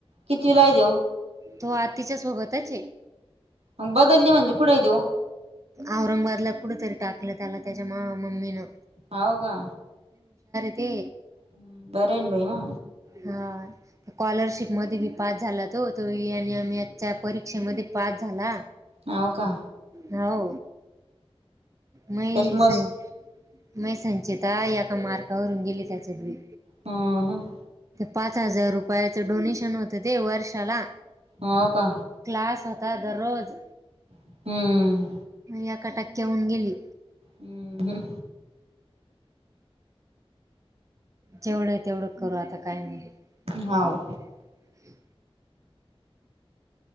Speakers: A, on the right; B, on the right.
A: कितवीला आहे त्यो
B: तो आ तिच्या सोबतच
A: मग बदलली म्हणजे कुठे आहे त्यो
B: औरंगाबादला कुठ तरी टाकलं त्याला त्याच्या म मम्मीनं
A: हव का
B: ती
A: हम् बरन भाई ना
B: हा स्कॉलरशिपमध्ये बी पास झाला तो तोनम <unintelligible> आच्या परीक्षेमध्ये पास झाला
A: होव का
B: हो मय
A: त्याच मस
B: सं मय संचेेत काय एका मार्कावरून गेली त्याच्यावी
A: ह <unintelligible>
B: पाच हजार रुपयाचं डोनेशन होतं ते वर्षाला
A: हाव का
B: क्लास होतात दररोज
A: हम्म
B: एका टक्क्या होऊन गेली
A: ह हम
B: जेवढं तेवढं करू आता काय नाही
A: हाव
B: <unintelligible>